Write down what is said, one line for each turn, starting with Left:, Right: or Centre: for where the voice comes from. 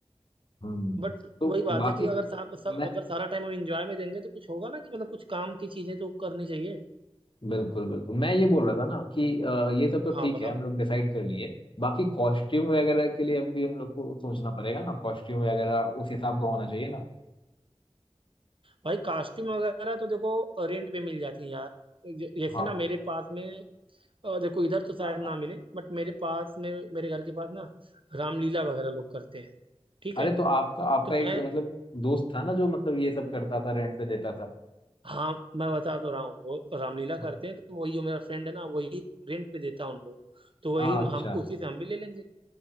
Left: हम्म
Right: बट
Left: तो
Right: वही बात
Left: बाकी
Right: है कि अगर सा, सा,
Left: मैं
Right: अगर सारा टाइम हम इंजॉय में देंगे तो कुछ होगा ना कि मतलब कुछ काम की चीजें तो करनी चाहिए
Left: बिल्कुल बिल्कुल मैं ये बोल रहा था ना कि अ, ये सब तो
Right: हाँ
Left: ठीक
Right: बताओ
Left: है हम लोग डिसाइड कर लिए बाकी कॉस्ट्यूम वगैरह के लिए भी हम लोग को सोचना पड़ेगा ना कॉस्ट्यूम वगैरह उस हिसाब का होना चाहिए ना
Right: भाई कॉस्ट्यूम वगैरह तो देखो रेंट पे मिल जाती है यार ज- जैसे
Left: हाँ
Right: ना मेरे पास में अ, देखो इधर तो शायद
Left: हाँ,
Right: ना
Left: हाँ।
Right: मिले बट मेरे पास में मेरे घर के पास ना रामलीला वगैरह लोग करते हैं ठीक
Left: अरे
Right: है
Left: तो आपका आपका
Right: तो मैं
Left: एक मतलब दोस्त था ना जो मतलब ये सब करता था रेंट पे देता था
Right: हाँ मैं बता तो रहा हूँ वो रामलीला
Left: हाँ
Right: करते हैं तो वही जो मेरा फ्रेंड है ना वही रेंट पे देता है उनको तो वही
Left: हाँ, अच्छा
Right: हम उसी से हम भी ले लेंगे